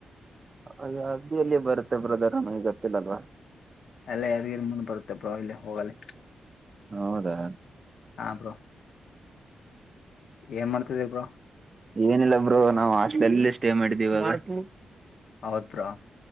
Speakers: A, on the right (about 35°); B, on the left (about 75°).
A: ಅಯ ಅದ್ದಿಯಲ್ಲಿಯ ಬರುತ್ತೆ ಬ್ರದರಮಗೆ ಗೊತ್ತಿಲ್ಲ ಅಲ್ವಾ
B: ಅಲ್ಲ ಯಾದಗಿರಿ ಮುಂದೆ ಬರುತ್ತೆ ಬೋ ಇಲ್ಲಿ ಹೋಗಲ್ಲ
A: ಹೌದಾ
B: ಹಾ ಬ್ರೋ ಏನ್ ಮಾಡ್ತಿದ್ದೀರಿ ಬ್ರೋ
A: ಏನಿಲ್ಲಾ ಬ್ರೋ ನಾವು ಹಾಸ್ಟೆಲ್ ಸ್ಟೇ ಮಾಡಿದಿದ್ದ್ ಇವಾಗ <inaudible>
B: ಹತ್ರ <unintelligible>